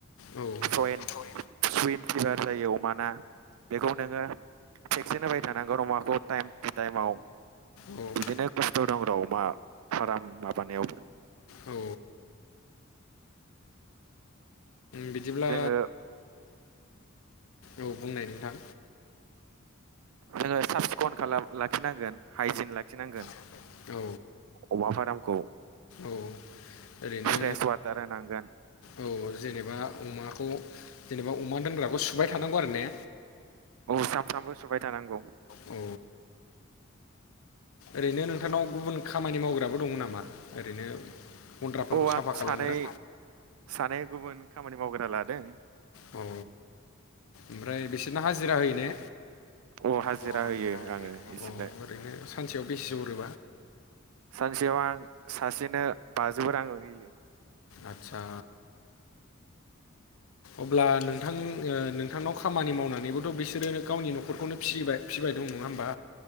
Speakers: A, on the left; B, on the right.
A: औ
B: सयेन
A: औ
B: सुइन फिभार जायो अमाना बेखौ नोङो थेक्सेन होबाय थानांगौ नमाखौ टाइम टु टाइमाव।
A: औ औ
B: बिदिनो खस्थ' दं राव अमा फार्म माबानायावबो
A: औ बिदिब्ला
B: जोङो
A: औ बुंनाय नोंथां
B: जोङो साब सिखन खालाम लाखिनांगोन हाइजिन लाखिनांगोन।
A: औ
B: अमा फार्मखौ
A: औ। ओरैनो
B: फ्रेस वाटार होनांगोन
A: ओ औ जेनेबा अमाखौ जेनेबा अमा दोनग्राखौ सुबाय थानांगौ आरो ने?
B: औ सामफ्रामबो सुबाय थानांगौ।
A: औ ओरैनो नोंथांनाव गुबुन खामानि मावग्राबो दङ नामा ओरैनो गन्द्राफोरखौ
B: औ
A: साफा
B: आं
A: खालामग्रा?
B: सानै सानै गुबुन खामानि मावग्रा लादों।
A: औ ओमफ्राय बिसोरना हाजिरा होयो ने?
B: औ हाजिरा
A: औ
B: होयो आङो इसोरनो
A: ओरैनो सानसेयाव बेसे हरो?
B: सानसेयाव आं सासेनो बाजौ राङै होयो।
A: आच्छा। अब्ला नोंथां नोंथांनाव खामानि मावनानैबोथ' बिसोरो गावनि न'खरखौनो फिबोबाय। फिबाय दं नङा होमबा?